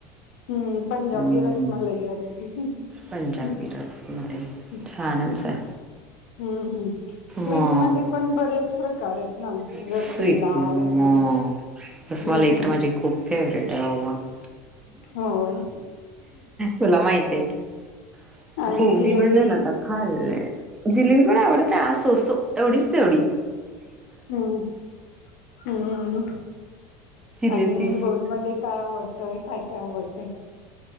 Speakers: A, on the left; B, on the right.
A: हम्म पंजाबी
B: हम्म
A: रसमलई होती ती. हम्म,
B: पंजाबी रसमलाई.
A: हम्म
B: छानच
A: <inaudible>
B: आहे
A: हम्म ह स्वीट
B: मग
A: मदे ते पण बरेच प्रकार
B: <inaudible>
A: आहेत ना रसगुल्ला रसमलाई हम्म होय
B: तुला माहिती आहे, कि
A: आणि
B: खूप
A: जिलेबी
B: दिवस झाला आता खाल जिलेबी पण आवडते सोसो तेवढींच तेवढीं
A: हम्म हम्म.
B: जिलेबी
A: आणि गोड मध्ये काय आवडतय काय काय आवडतय?